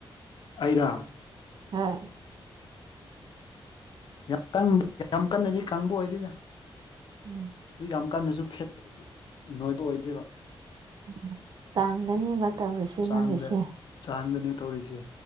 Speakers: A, on the left (about 55°); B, on the right (about 55°).
A: ꯑꯩꯔꯥ
B: ꯍꯣꯏ
A: ꯌꯥꯝ ꯀ ꯌꯥꯝ ꯀꯟꯅꯗꯤ ꯀꯪꯕ ꯑꯣꯏꯗꯦꯗ
B: ꯎꯝ
A: ꯑꯗꯨ ꯌꯥꯝ ꯀꯟꯅꯁꯨ ꯐꯦꯠ ꯅꯣꯏꯕ ꯑꯣꯏꯗꯦꯕ
B: ꯎꯝ ꯆꯥꯡꯗꯅꯦꯕ ꯇꯧꯔꯤꯁꯦ
A: ꯆꯥꯡꯗ
B: ꯅꯪꯒꯤꯁꯦ
A: ꯆꯥꯡꯗꯅꯦ ꯇꯧꯔꯤꯁꯦ